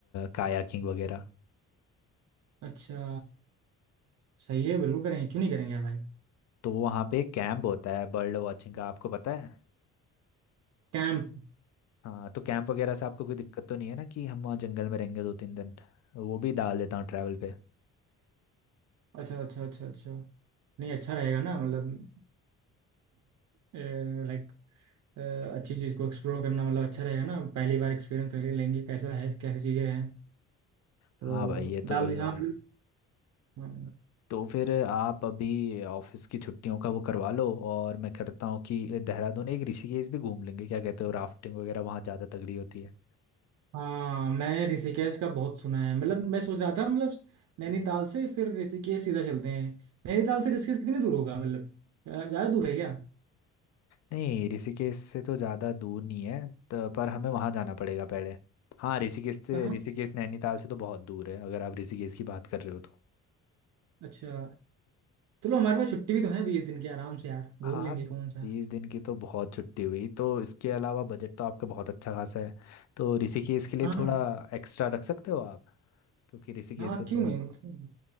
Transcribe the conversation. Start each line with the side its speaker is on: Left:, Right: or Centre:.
Left: कायाकिंग वगैरह
Right: अच्छा सही है बिल्कुल करेंगे क्यों नहीं करेंगे यार भाई
Left: तो वहाँ पे कैंप होता है बर्ड वॉचिंग का आपको पता है
Right: कैंप
Left: हाँ तो कैंप वगैरह से आपको कोई दिक्कत तो नहीं है ना कि हम वहाँ जंगल में रहेंगे दो तीन दिन वो भी डाल देता हूँ ट्रैवल पे
Right: अच्छा अच्छा अच्छा अच्छा नहीं अच्छा रहेगा ना मतलब लाइक अच्छी चीज़ को एक्सप्लोर करना मतलब अच्छा रहेगा ना पहली बार एक्सपीरियंस लेंगे कैसा है कैसी चीज़ें हैं तो
Left: हाँ भाई ये तो
Right: डाल
Left: बढ़िया
Right: दिया हाँ
Left: रहेगी
Right: हाँ
Left: तो फिर आप अभी ऑफिस की छुट्टियों का वो करवा लो और मैं करता हूँ कि देहरादून एक ऋषिकेश भी घूम लेंगे क्या कहते हो राफ्टिंग वगैरह वहाँ ज़्यादा तगड़ी होती है
Right: हाँ, मैंने ऋषिकेश का बहुत सुना है मतलब मैं सोच रहा था मतलब नैनीताल से फिर ऋषिकेश सीधा चलते हैं नैनीताल से ऋषिकेश कितनी दूर होगा मतलब ज़्यादा दूर है क्या
Left: नहीं ऋषिकेश से तो ज़्यादा दूर नहीं है तो, पर हमें वहाँ जाना पड़ेगा पहले हाँ ऋषिकेश से
Right: कहाँ
Left: ऋषिकेश नैनीताल से तो बहुत दूर है अगर आप ऋषिकेश की बात कर रहे हो तो
Right: अच्छा चलो हमारे पास छुट्टी भी तो है बीस दिन की आराम से यार घूम
Left: हाँ
Right: लेंगे
Left: बीस
Right: कौन सा
Left: दिन की तो बहुत छुट्टी हुई तो इसके अलावा बजट तो आपका बहुत अच्छा खासा है तो ऋषिकेश के लिए
Right: हाँ
Left: थोड़ा
Right: हाँ
Left: एक्स्ट्रा रख सकते हो आप क्योंकि ऋषिकेश
Right: हाँ,
Left: तो थोड़ा
Right: क्यों नहीं क्यों नहीं?